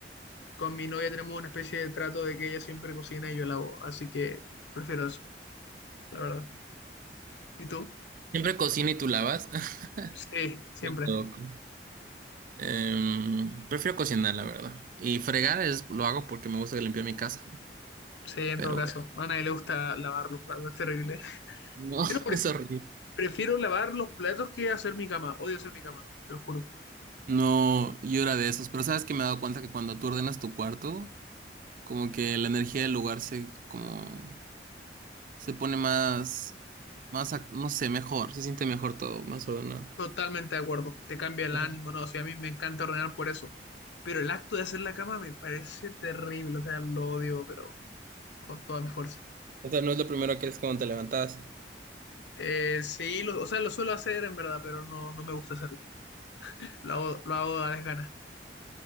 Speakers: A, on the left (about 75°); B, on the right (about 50°).
A: Con mi novia tenemos una especie de trato de que ella siempre cocina y yo lavo, así que prefiero eso, la verdad. ¿Y tú?
B: Siempre cocina y tú lavas. <laughs>
A: Sí, siempre.
B: Qué loco. Em, prefiero cocinar, la verdad. Y fregar es, lo hago porque me gusta limpiar mi casa,
A: Sí, en
B: pero
A: todo caso. A nadie le gusta lavar los platos, es terrible.
B: No,
A: Pero
B: <laughs>
A: pre-
B: es horrible.
A: prefiero lavar los platos que hacer mi cama. Odio hacer mi cama, te lo juro.
B: No, yo era de esos, pero sabes que me he dado cuenta que cuando tú ordenas tu cuarto, como que la energía del lugar se como se pone más más ac- no sé, mejor, se siente mejor todo, más ordenado.
A: Totalmente de acuerdo. Te cambia el
B: Ajá.
A: ánimo, no, o sea, a mí me encanta ordenar por eso. Pero el acto de hacer la cama me parece terrible, o sea, lo odio, pero con toda mi fuerza.
B: O sea, no es lo primero que es cuando te levantas.
A: Eh, sí, lo- o sea, lo suelo hacer en verdad, pero no, no me gusta hacerlo. Lo hago, lo hago a las ganas.